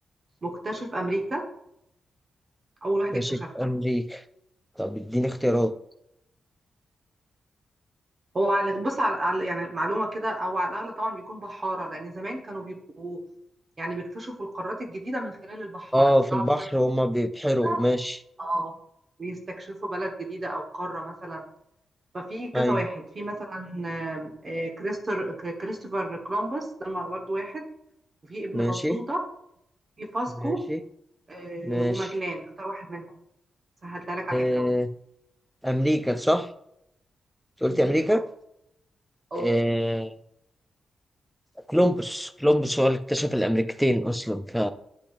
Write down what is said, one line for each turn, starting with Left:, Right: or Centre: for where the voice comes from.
Right: مكتشف أمريكا أول واحد
Centre: ماشي
Right: اكتشفها
Centre: أمريكا طب اديني اختيارات
Right: هو على بص على على- يعني معلومه كده او على الاغلب طبعا بيكون بحاره لان زمان كانوا بيبقوا يعني بيكتشفوا القارات الجديده من خلال البحاره
Centre: اه
Right: بيطلعوا
Centre: في البحر
Right: كده في
Centre: هما بيبحروا
Right: لا.
Centre: ماشي
Right: اه ويستكشفوا بلد جديده او قاره مثلا ففي كذا
Centre: أيوه
Right: واحد في مثلا آم، آه، كريستر ك- كريستوفر كولومبوس ده برضه واحد وفي ابن
Centre: ماشي
Right: بطوطه في فاسكو
Centre: ماشي
Right: آه،
Centre: ماشي
Right: وماجلان اختار واحد منهم سهلتها لك على الاخر
Centre: آه،
Right: اهو
Centre: أمريكا صح؟ أنت قلت
Right: امريكا
Centre: أمريكا؟
Right: اه اه
Centre: آه، كولومبوس كولومبوس هو اللي اكتشف الأمريكتين أصلا ف...